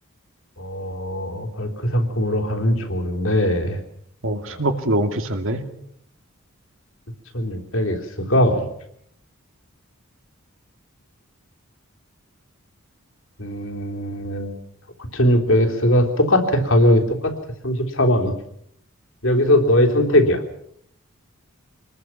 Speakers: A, on the left; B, on the right.
A: 어, 벌크 상품으로 가면 좋은데,
B: 어,
A: 자,
B: 생각보다 너무 비싼데?
A: 9600X가 음, 9600X가 똑같아. 가격이 똑같아. 34만 원. 여기서 너의 선택이야.